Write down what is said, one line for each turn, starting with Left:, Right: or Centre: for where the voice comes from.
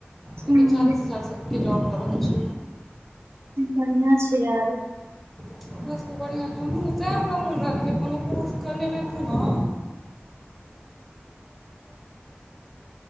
Centre: लेकिन
Right: हूँ
Centre: चालीस हजार सँ की जॉव कर छै
Right: बढ़िआं छै यार
Centre: ओकरा सभके बढ़िआँ हमहु तै हमरा मोन रह कोनो कोर्स करने रहैतू नऽ